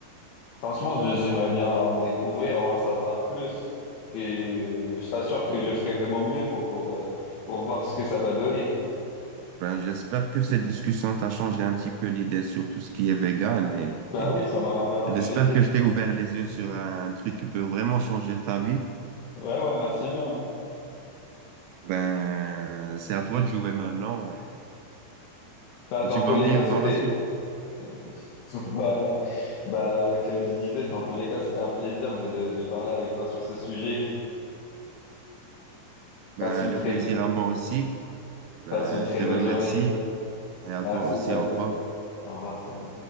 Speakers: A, on the left; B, on the right.
A: franchement, je- j'aimerais bien en découvrir, en savoir plus. Et euh, je t'assure que je ferai de mon mieux pour, pour, euh, pour voir ce que ça va donner.
B: Ben, j'espère que cette discussion t'a changé un petit peu l'idée sur tout ce qui est vegan et,
A: Bah
B: et
A: oui, ça m'a ouvert un
B: j'espère
A: peu les yeux.
B: que je t'ai ouvert les yeux sur un truc qui peut vraiment changer ta vie.
A: Ouais, ouais, merci bien. hein.
B: Ben, c'est à toi de jouer maintenant et
A: Bah, dans
B: tu vas
A: tous les
B: me dire
A: cas, c'était...
B: dans la suite.
A: <laughs> Voilà. Bah, euh, comme je disais, dans tous les cas, c'était un plaisir de, de, de parler avec toi sur ce sujet.
B: Ben,
A: Passe une
B: le
A: très,
B: plaisir à moi aussi. Ben,
A: passe une très
B: je te
A: bonne
B: remercie
A: journée.
B: et à
A: Merci,
B: toi aussi.
A: salut.
B: Au revoir.
A: Au revoir, salut.